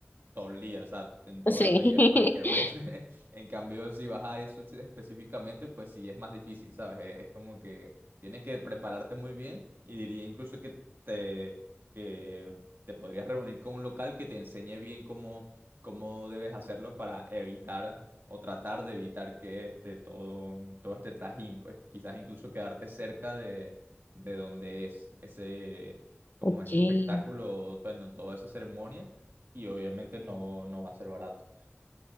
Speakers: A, on the right (about 55°); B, on the left (about 45°).
A: todo el día, o sea, en todos
B: sí.
A: los días, cualquier
B: <laughs>
A: mes. <laughs> En cambio, si vas a eso específicamente, pues sí es más difícil, ¿sabes? Es, es como que tienes que prepararte muy bien y diría incluso que te, que te podrías reunir con un local que te enseñe bien cómo, cómo debes hacerlo para evitar o tratar de evitar que este, todo, todo este trajín, pues quizás incluso quedarte cerca de, de donde es ese, como
B: Okay,
A: ese espectáculo, bueno, toda esa ceremonia y obviamente no, no va a ser barato.